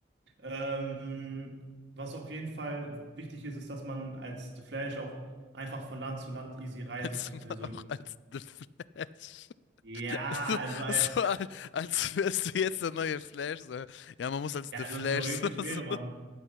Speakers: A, on the right; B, on the left.
A: Ähm, was auf jeden Fall wichtig ist, ist, dass man als The Flash auch einfach von Land zu Land easy
B: <laughs>
A: reisen
B: als
A: könnte.
B: Mann
A: Also,
B: auch als The Flash. <laughs>
A: ja,
B: So,
A: also als
B: so als, als wärst du jetzt der neue Flash. So. Ja, man muss als
A: ja,
B: The
A: also
B: Flash.
A: theoretisch
B: <laughs> So, so.
A: wäre man